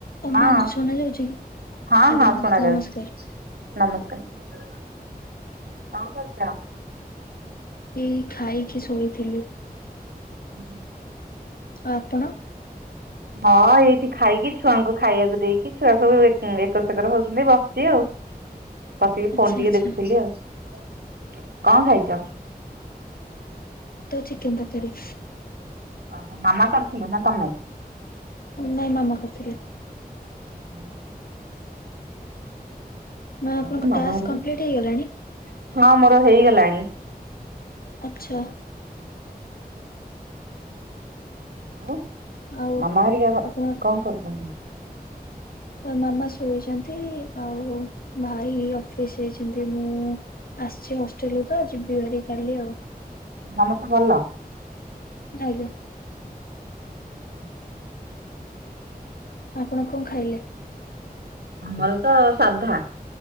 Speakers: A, on the left; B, on the right.
A: ଓ
B: ହଁ,
A: ମ୍ୟାମ୍ ଶୁଣାଯାଉଛି କି?
B: ହଁ,
A: ଆଜ୍ଞା
B: ହଁ,
A: ମ୍ୟାମ୍
B: ଶୁଣାଯାଉଛି।
A: ନମସ୍କାର।
B: ନମସ୍କାର କଣ କରଛ?
A: ଏଇ ଖାଇକି ଶୋଇଥିଲି।
B: <inaudible>
A: ଆଉ ଆପଣ?
B: ହଁ, ଏଇଠି ଖାଇକି ଛୁଆଙ୍କୁ ଖାଇବାକୁ ଦେଇକି ଛୁଆ ସବୁ ଏକର ସେକର ହଉ ବସିଛି ଆଉ ବସିକି
A: ଆଚ୍ଛା
B: ଫୋନ ଟିକେ
A: ଆଚ୍ଛା
B: ଦେଖୁଥିଲି ଆଉ। କଣ ଖାଇଛ?
A: ତ ଚିକେନ ତରକାରୀ।
B: ଓହୋ, ମାମା କରିଥିଲେ ନା ତମେ?
A: ନାଇଁ ମାମା କରିଥିଲେ।
B: <inaudible>
A: ମା ଆପଣଙ୍କ
B: ଆଉ ମାମା
A: ଟାସ୍କ
B: ହେରିକା
A: କମ୍ପ୍ଲିଟ୍ ହେଇଗଲାଣି?
B: ହଁ, ମୋର ହେଇଗଲାଣି
A: ଆଚ୍ଛା।
B: ଆଉ
A: ଆଉ
B: ମାମା ହେରିକା
A: ଆପଣ
B: କଣ କରୁଛନ୍ତି?
A: ମାମା ଶୋଇଛନ୍ତି ଆଉ ଭାଇ ଅଫିସ ଯାଇଛନ୍ତି ମୁଁ ଆସିଛି ହଷ୍ଟେଲରୁ ତ ଯିବି <unintelligible> କାଲି ଆଉ।
B: ସମସ୍ତେ ଭଲ?
A: ଆଜ୍ଞା।
B: <inaudible>
A: ଆପଣ କଣ ଖାଇଲେ?
B: ଆମର ତ ସାଧା